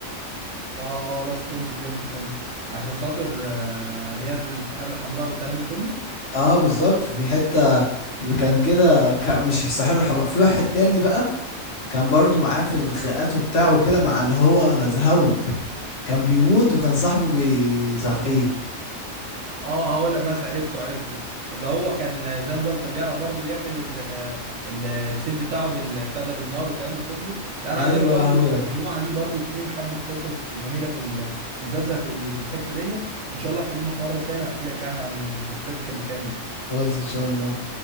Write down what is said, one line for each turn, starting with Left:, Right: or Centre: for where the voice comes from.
Right: اه بس فهمت فهمت فهمت عشان خاطر آه، اللي هي السحارة الحمراء والكلام ده كله
Left: اه بالظبط في حتة اللي كان كده كان مش الساحرة الحمراء في واحد تاني بقى كان برضو معاه في الخناقات وبتاع وكده مع اللي هو ذا هاوند كان بيموت وكان صاحبه بيصحيه
Right: اه هقول لك بس عرفته عرفته اللي هو كان زي نظام كان بيعرف برضو يعمل ال- ال- السيف بتاعه بال- بتاع ده بالنار والكلام ده كله لا انا
Left: ايوه
Right: عايز اقول لك برضو
Left: هو ده
Right: المجموعه دي برضو في حبه قصص جميله في ال- في مسلسل في ال- في الحته دي ان شاء الله اكلمك مره تانية واحكي لك يعني عن الشخصيه دي كانت بتعمل ايه
Left: خلاص ان شاء الله